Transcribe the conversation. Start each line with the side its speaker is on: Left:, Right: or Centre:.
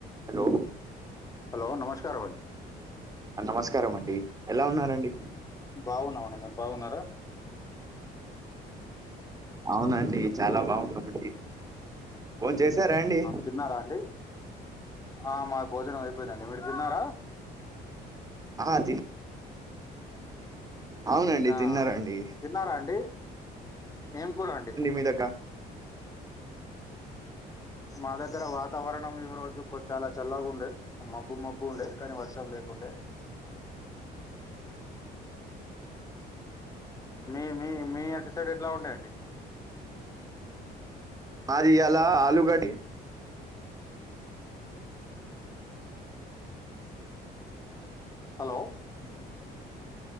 Right: Hello
Left: hello నమస్కారం అండి
Right: నమస్కారం అండి ఎలా ఉన్నారండి
Left: బాగున్నామండి మీరు బాగున్నారా
Right: అవునండి చాలా బాగునమండి బోన్చేశారా అండి
Left: తిన్నారా అండి ఆ మాకు భోజనం అయిపోయిందండి మీరు తిన్నారా
Right: ఆ తి అవునండి
Left: ఆ
Right: తిన్నారండి
Left: తిన్నారా అండి ఏం కూర అండి
Right: మీదగ్గర
Left: మా దగ్గర వాతావరణం ఈ రోజు కో చాలా చల్లగుంది మబ్బు మబ్బు ఉండే కనీ వర్షం లేకుండే మీ మీ మీ అటు సైడ్ ఎట్లా ఉండయండి
Right: మాది ఇయాల ఆలూగడ్డ
Left: హలో